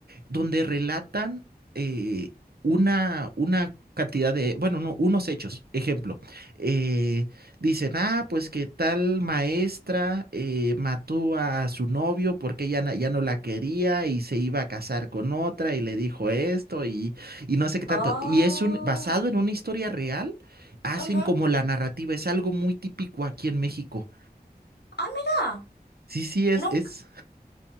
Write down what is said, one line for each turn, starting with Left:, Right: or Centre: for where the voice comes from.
Right: donde relatan eh, una, una cantidad de, bueno, no, unos hechos. Ejemplo, eh, dicen, ah, pues que tal maestra eh, mató a su novio porque ella na- ya no la quería y se iba a casar con otra y le dijo esto y, y no sé qué tanto.
Left: Oh.
Right: Y es un, basado en una historia real, hacen
Left: Ujú.
Right: como la narrativa, es algo muy típico aquí en México.
Left: Ah, mira.
Right: Sí, sí, es,
Left: Nunca.
Right: es.